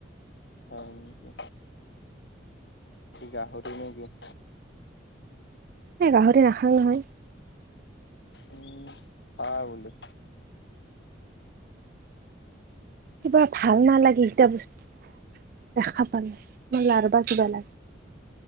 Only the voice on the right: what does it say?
এই গাহৰি নাখাওঁ নহয়।
কিবা ভাল নালাগে, ইটা বস্তু দেখা পালে মোৰ লাৰবা কিবা লাগে।